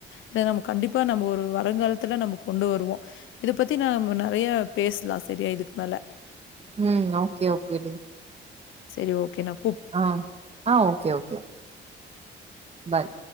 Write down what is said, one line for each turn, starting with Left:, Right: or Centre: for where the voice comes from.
Left: இத நம்ம கண்டிப்பா நம்ம ஒரு வருங்காலத்துல நம்ம கொண்டு வருவோ இத பத்தி நாம நெறைய பேசலா சரியா இதுக்கு மேலே
Right: உம் ஓகே ஓகே டி
Left: சரி ஓகே நா
Right: ஆஹ் ஆஹ் ஓகே ஓகே பாய்